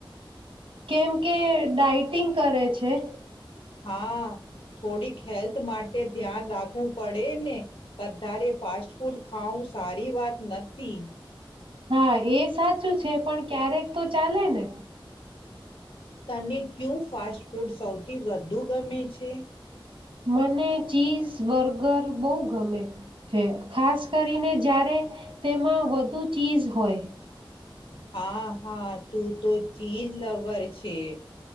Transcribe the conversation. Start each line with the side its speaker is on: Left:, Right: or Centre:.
Right: કેમ? કે ડાઇટિંગ કરે છે?
Left: હા થોડીક હેલ્થ માટે ધ્યાન રાખવું પડે ને વધારે ફાસ્ટ ફૂડ ખાવું સારી વાત નથી.
Right: હા એ સાચું છે પણ ક્યારેક તો ચાલે ને?
Left: તને ક્યુ ફાસ્ટ ફૂડ સૌથી વધુ ગમે છે?
Right: મને ચીઝ બર્ગર બહુ ગમે છે ખાસ કરીને જ્યાં રે તેમાં વધુ ચીઝ હોય.
Left: હા હા તું તો ચીજ લવર છે.